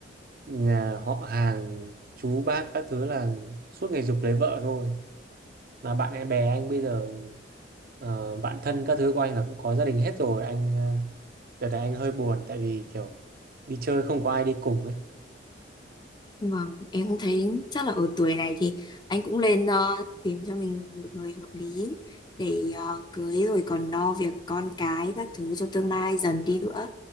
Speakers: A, on the right; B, on the left.
A: nhà họ hàng, chú bác các thứ là suốt ngày giục lấy vợ thôi. Mà bạn em bè anh bây giờ ờ, bạn thân các thứ của anh là cũng có gia đình hết rồi. Anh ờ, đợt này anh hơi buồn tại vì kiểu đi chơi không có ai đi cùng ấy.
B: Vâng, em cũng thấy chắc là ở tuổi này thì anh cũng lên ờ, tìm cho mình một người hợp lý để ờ, cưới rồi còn lo việc con cái các thứ cho tương lai dần đi nữa.